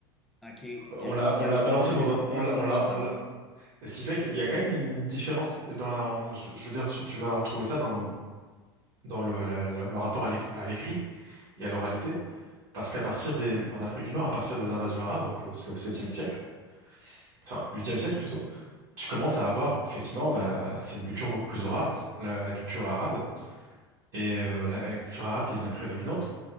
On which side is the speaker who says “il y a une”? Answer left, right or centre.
Centre